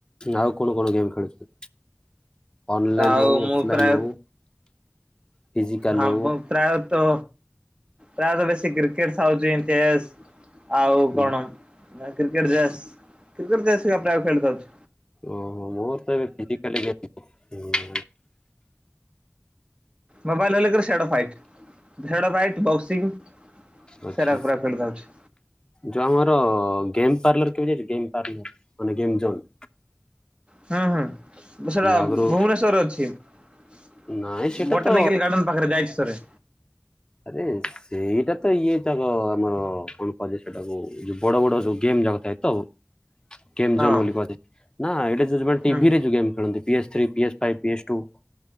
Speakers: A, on the left (about 20°); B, on the right (about 25°).
A: ଆଉ କଣ କଣ ଗେମ୍ ଖେଳୁଚୁ ଅନଲାଇନ୍
B: ଆଉ
A: ହଉ
B: ମୁଁ
A: ଅଫଲାଇନ୍
B: ପ୍ରାୟ
A: ହଉ। ଫିଜିକାଲ
B: ହଁ
A: ହଉ।
B: ବ ପ୍ରାୟତ ପ୍ରାୟତ ବେଶୀ କ୍ରିକେଟ୍ ସାଉଚିନ୍ ଚେସ୍ ଆଉ
A: ହୁଁ।
B: କଣ କ୍ରିକେଟଚେସ୍ କ୍ରିକେଟଚେସ୍ ପ୍ରାୟ ଖେଲଚାଉଚ୍?
A: ଓହୋ ମୋର ତ ଏବେ ଫି ଗେମ୍।
B: ମୋବାଇଲ ହେଲେ ସେ ଫାଇଟ୍ ଫାଇଟ ବକ୍ସିଂ
A: ଆଚ୍ଛା।
B: ସେଟା ପୁରା ଖେଳିଯାଉଛି।
A: ଯୋଉ ଆମର ଗେମ୍ ପାର୍ଲର କେବେ ଯାଇଚୁ ଗେମ୍ ପାର୍ଲର ମାନେ ଗେମ୍ ଜୋନ୍?
B: ହୁଁ ହୁଁ ସେଟା
A: ଆଗରୁ
B: ଭୁବନେଶ୍ୱରରେ ଅଛି।
A: ନାଇଁ ସେଟା
B: ବୋଟାନିକାଲ
A: ତ
B: ଗାର୍ଡେନ ପାଖରେ ଯାଇଛି ଥରେ।
A: ଆରେ ସେଇଟା ତ ଇଏ ଯାକ ଆମର କଣ କୁହାଯାଏ ସେଟାକୁ ଯୋଉ ବଡ ବଡ ଯୋଉ ଗେମ୍ ଯାକ ଥାଏ। ତ ଗେମ୍
B: ହଁ।
A: ଜୋନ୍ ବୋଲି କୁଜାଏ ନା ଏଇଟା ଯୋଉମାନେ ଟିଭିରେ
B: ହୁଁ
A: ଯୋଉ ଗେମ୍ ଖେଳନ୍ତି? PS three PS five P S two